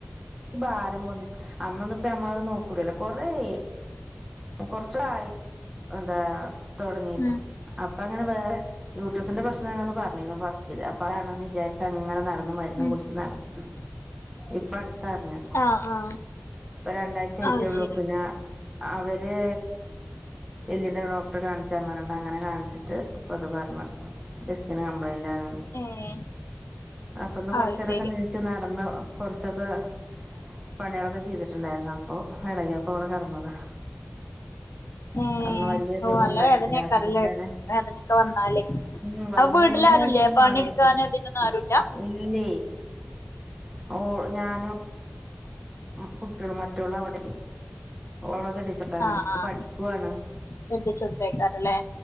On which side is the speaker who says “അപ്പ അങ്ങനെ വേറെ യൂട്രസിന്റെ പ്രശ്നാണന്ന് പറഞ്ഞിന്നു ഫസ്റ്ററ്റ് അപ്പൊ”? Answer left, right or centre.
Centre